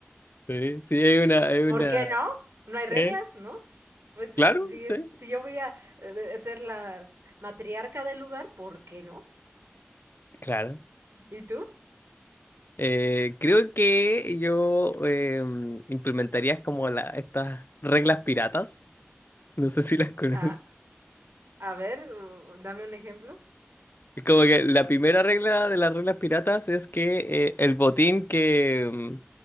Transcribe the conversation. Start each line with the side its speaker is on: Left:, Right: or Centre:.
Left: Sí, sí, hay una, hay una.
Right: ¿Por qué no? No hay reglas,
Left: ¿Eh?
Right: ¿no? Pues
Left: Claro,
Right: si,
Left: sí,
Right: es- si yo voy a eh, ser la matriarca del lugar, ¿por qué no?
Left: claro.
Right: ¿Y tú?
Left: Eh, creo que yo eh, implementaría como la, estas reglas piratas. No sé si las conoces.
Right: A, a ver, uh, dame un ejemplo.
Left: Es Como que la primera regla de las reglas piratas es que eh, el botín que, mm,